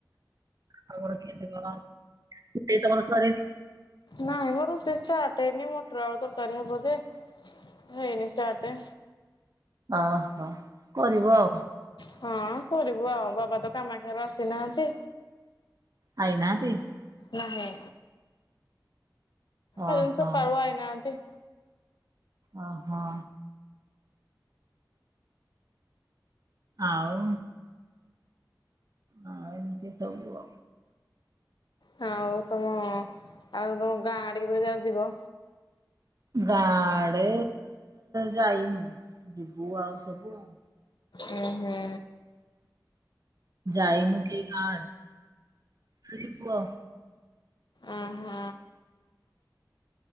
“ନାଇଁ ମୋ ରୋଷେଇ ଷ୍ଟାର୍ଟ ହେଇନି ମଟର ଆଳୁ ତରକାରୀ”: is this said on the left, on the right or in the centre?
Left